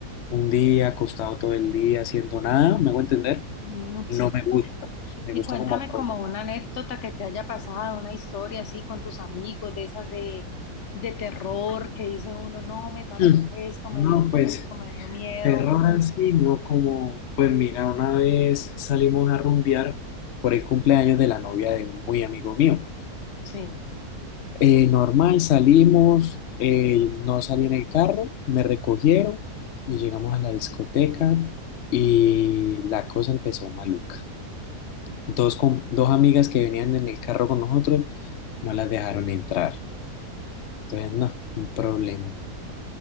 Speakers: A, on the left (about 65°); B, on the left (about 50°).
A: un día acostado todo el día haciendo nada, ¿me hago entender?
B: Mm,
A: No
B: sí.
A: me gusta, me
B: Y
A: gusta
B: cuéntame
A: como aprovechar.
B: como una anécdota que te haya pasado, una historia así con tus amigos, de esas de, de terror, que dice uno, no, me pasó
A: Mm,
B: esto, me
A: No,
B: dio susto,
A: pues.
B: me dio miedo.
A: Terror así, no como, pues mira, una vez salimos a rumbear por el cumpleaños de la novia de un muy amigo mío.
B: Sí.
A: Eh, normal, salimos, eh, no salí en el carro, me recogieron y llegamos a la discoteca y la cosa empezó maluca. Dos, com- dos amigas que venían en el carro con nosotros no las dejaron entrar. Entonces, no, un problema.